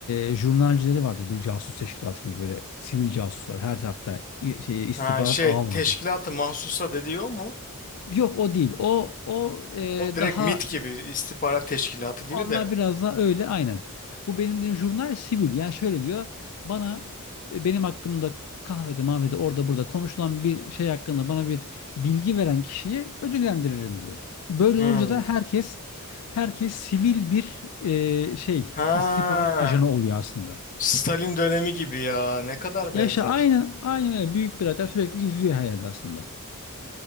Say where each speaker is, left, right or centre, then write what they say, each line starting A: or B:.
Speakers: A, on the left (about 80°); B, on the left (about 40°).
A: E, jurnalcileri vardır. Bir casus teşkilatı gibi böyle sivil casuslar her tarafta i- şey istihbarat
B: Ha, şey
A: ağı vardır.
B: teşkilatı mahsusa dediği o mu?
A: Yok o değil. O o e,
B: O direkt
A: daha
B: MIT gibi istihbarat teşkilatı gibi
A: Onlar
B: de.
A: biraz da öyle aynen. Bu benim dediğim jurnal sivil. Yani şöyle diyor. Bana e, benim hakkımda kahvede mahvede orada burada konuşulan bir şey hakkında bana bir bilgi veren kişiyi ödüllendiririm diyor. Böyle
B: Hmm.
A: olunca da herkes herkes sivil bir e, şey
B: Ha.
A: istihbarat ajanı oluyor aslında.
B: Stalin dönemi gibi ya. Ne kadar benzer.
A: Yaşa aynen aynen öyle büyük birader sürekli izliyor her yerde aslında.